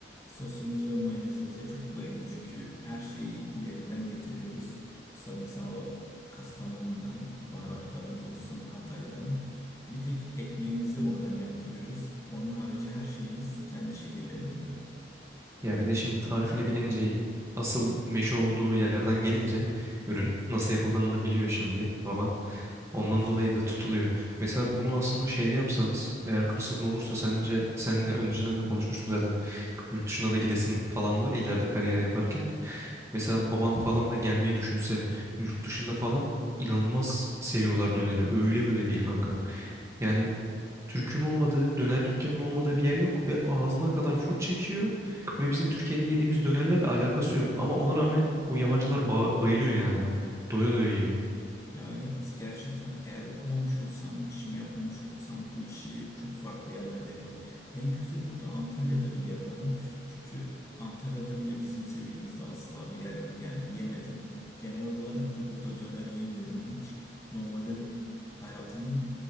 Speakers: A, on the left; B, on the right.
A: sosumuz ve mayonezimize çok bayılıyor. Çünkü her şeyi yerinden getiriyoruz. Sarımsağı Kastamonu'dan, baharatlarımız olsun Hatay'dan. Bir tek ekmeğimizi oradan yaptırıyoruz. Onun harici her şeyimiz kendi şehirlerinden.
B: Ya bir de şimdi tarifini bilince asıl meşhur olduğu yerden gelince ürün nasıl yapıldığını da biliyor şimdi baban. Ondan
A: Evet.
B: dolayı da tutuluyor. Mesela bunu aslında şeyde yapsanız eğer fırsatın olursa sence seninle önceden de konuşmuştuk zaten yurt dışına da gidesin falan var ileride kariyer yaparken. Mesela baban falan da gelmeyi düşünse yurt dışında falan inanılmaz seviyorlar döneri. Öyle böyle değil kanka. Yani Türk'ün olmadığı, döner dükkanının olmadığı bir yer yok ve ağzına kadar full çekiyor ve bizim Türkiye'de yediğimiz dönerlerle alakası yok. Ama ona rağmen o yabancılar ba- bayılıyor yani ona. Doya doya yiyor.
A: Ya evet gerçekten eğer okumamış olsam, işimi yapmamış olsam bu işi çok farklı yerlerde yaparım. En kötü burada Antalya'da bile yaparım. Çünkü Antalya'da bile bizim seviyemizde asla bir yer yok. Yani yemedim. Genel olarak da burada döner yemiyorum hiç. Normalde hayatımın